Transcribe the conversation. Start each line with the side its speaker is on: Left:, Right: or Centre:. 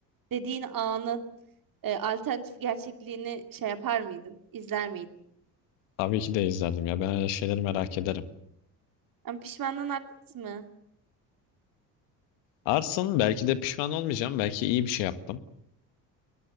Right: dediğin anın e, alternatif gerçekliğini şey yapar mıydın? İzler miydin?
Left: Tabii ki de izlerdim ya. Ben öyle şeyleri merak ederim.
Right: Ama pişmanlığın artmaz mı?
Left: Arsın belki de pişman olmayacağım. Belki iyi bir şey yaptım.